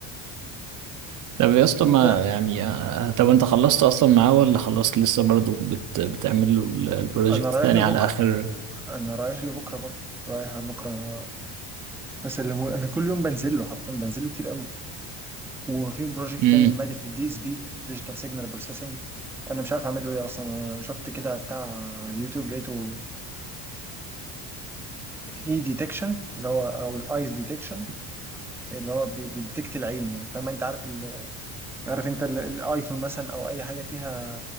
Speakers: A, on the right; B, in the centre.
A: طب يا اسطى ما
B: انت
A: يعني آه، طب انت خلصت اصلا معاه ولا خلصت لسه برضه بت بتعمل له ال- البروجكت
B: انا رايح
A: تاني
B: له
A: على
B: بكره
A: اخر
B: انا رايح له بكره برضه رايح له بكره بسلمه له. انا كل يوم بنزل له حرفيا بنزل له كتير قوي وفي بروجكت
A: امم
B: تاني لماده الدي اس بي ديجيتال سيجنال بروسيسنج انا مش عارف اعمل له ايه اصلا أنا شفت كده بتاع على اليوتيوب لقيته اي ديتكشن اللي هو او الايز ديتكشن اللي هو بي- بيديتكت العين يعني فاهم انت عارف ال... عارف انت ال- الايفون مثلا او اي حاجه فيها